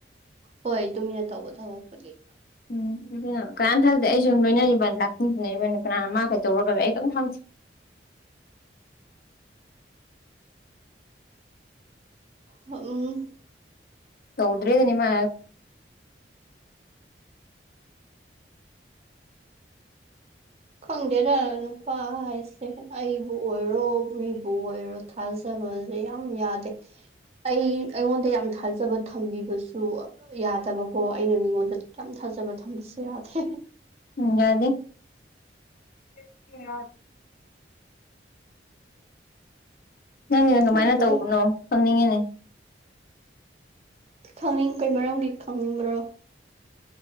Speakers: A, on the right; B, on the left.
A: ꯍꯣꯏ ꯇꯨꯃꯤꯟꯅ ꯇꯧꯕ ꯊꯕꯛꯄꯨꯗꯤ
B: ꯎꯝ ꯑꯗꯨꯅ ꯀꯅꯥꯅ ꯊꯜꯗꯗꯤ ꯑꯩꯁꯨ ꯂꯣꯏꯅꯔꯤꯕ ꯂꯥꯛꯄꯤꯟꯔꯤꯕꯅꯤ ꯀꯅꯥꯅ ꯃꯥ ꯀꯩ ꯇꯧꯔꯒ ꯑꯩ ꯀꯩꯝ ꯈꯪꯗꯦ
A: ꯎꯝ
B: ꯇꯧꯗ꯭ꯔꯦ ꯑꯗꯨꯅꯤꯃ
A: ꯈꯪꯗꯦꯔ ꯅꯨꯄꯥ ꯍꯥꯏꯁꯦ ꯑꯩꯕꯨ ꯑꯣꯏꯔꯣ ꯃꯤꯕꯨ ꯑꯣꯏꯔꯣ ꯊꯥꯖꯕꯁꯦ ꯌꯥꯝ ꯌꯥꯗꯦ ꯑꯩ ꯑꯩꯉꯣꯟꯗ ꯌꯥꯝ ꯊꯥꯖꯕ ꯊꯝꯕꯤꯕꯁꯨ ꯌꯥꯗꯕꯀꯣ ꯑꯩꯅ ꯃꯤꯉꯣꯟꯗ ꯌꯥꯝ ꯊꯥꯖꯕ ꯊꯝꯕꯁꯨ ꯌꯥꯗꯦ
B: ꯎ ꯌꯥꯗꯗꯤ <inaudible> ꯅꯪꯒꯤ ꯅꯪ
A: ꯈꯪꯗ꯭ꯔꯦꯗ
B: ꯀꯃꯥꯏꯅ ꯇꯧꯕꯅꯣ ꯈꯪꯅꯤꯡꯉꯤꯅꯦ
A: ꯈꯪꯅꯤꯡ ꯀꯩ ꯃꯔꯝꯒꯤ ꯈꯪꯅꯤꯡꯕ꯭ꯔꯣ